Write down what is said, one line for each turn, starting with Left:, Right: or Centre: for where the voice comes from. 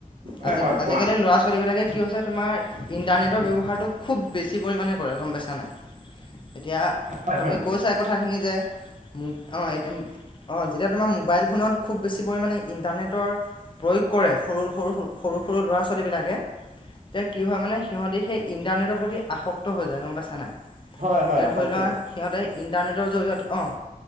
Right: হয়,
Left: আজি
Right: হয়,
Left: আজিকালি
Right: কোৱা।
Left: ল'ৰা ছোৱালীবিলাকে কি হৈছে তোমাৰ ইণ্টাৰনেটৰ ব্যৱহাৰটো খুব বেছি পৰিমাণে কৰে গম পাইছা নাই? এতিয়া
Right: হয়,
Left: তুমি
Right: হয়,
Left: কৈছা কথাখিনি যে, মোৰ অঁ এটম অঁ যেতিয়া তোমাৰ মোবাইল ফোনত খুব বেছি পৰিমাণে ইণ্টাৰনেটৰ প্ৰয়োগ কৰে। সৰু-সৰু, সৰু-সৰু, সৰু ল'ৰা-ছোৱালীবিলাকে এতিয়া কি হয় মানে সিহঁতি সেই ইণ্টাৰনেটৰ প্ৰতি আসক্ত হৈ যায় গম পাইছা নাই। তেতিয়া
Right: হয়, হয়, আসক্ত
Left: ধৰি লোৱা
Right: হয়,
Left: সিহঁতে ইণ্টাৰনেটৰ জৰিয়তে অঁহ,